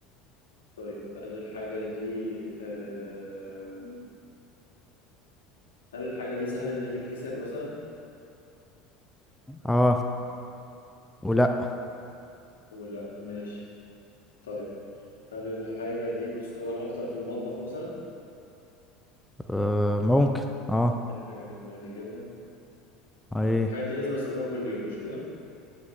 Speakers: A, on the left (about 75°); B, in the centre.
A: طيب هل الحاجة دي آه، هل الحاجة دي سهل إنها تتكسر مثلا؟
B: اه ولا
A: ولا ماشي طيب هل الحاجة دي بتستخدم أكتر في المطبخ مثلا؟
B: آه ممكن اه
A: في حاجة في دماغي كده
B: ايه
A: طيب الحاجة دي لازم أستخدمها كل يوم مش كده؟